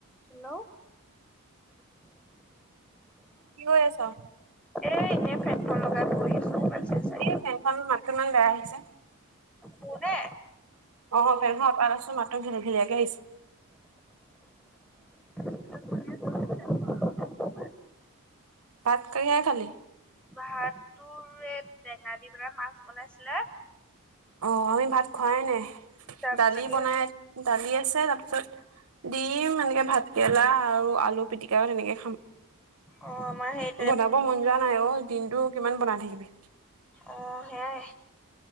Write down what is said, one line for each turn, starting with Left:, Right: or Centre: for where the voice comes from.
Centre: Hello
Right: কি কৰি আছ?
Centre: এ এনে ফানখন লগাই বহি আছো। চাই চাই
Right: এই ফেনখন মাতটো ইমান বেয়া আহিছে।
Centre: পুনে
Right: অ', ফেনখন অঁতৰাই লৈছো মাতটো ঘিলি ঘিলিয়াকে আহিছে।
Centre: <unintelligible>
Right: ভাত কিহে খালি?
Centre: ভাত তোৰ এ টেঙা দি পেলাই মাছ বনাইছিলে।
Right: অ', আমি ভাত খোৱাই নাই
Centre: তাৰপিছতে
Right: দালি বনাই দালিয়ে তাৰ পিছত ডিম এনেকে ভাত কেৰেলা আৰু আলু পিটিকা তেনেকে
Centre: অ আমাৰ সেই
Right: বনাব মন যোৱা নাই অ দিনটো কিমান বনাই থাকিবি।
Centre: অ সেয়াই।